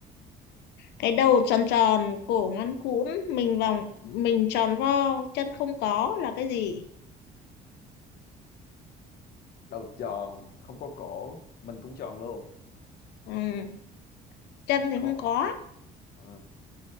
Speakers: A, on the left; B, on the left.
A: cái đầu tròn tròn cổ ngắn cũn mình vòng mình tròn vo chân không có là cái gì
B: đầu tròn không có cổ mình cũng tròn luôn
A: ừ. chân thì
B: có
A: không có
B: ờ,